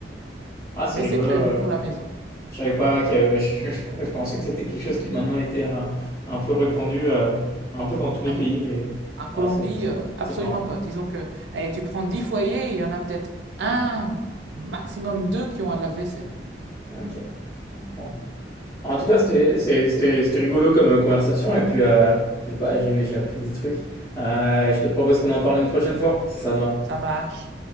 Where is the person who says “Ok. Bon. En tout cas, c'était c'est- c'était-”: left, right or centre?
Left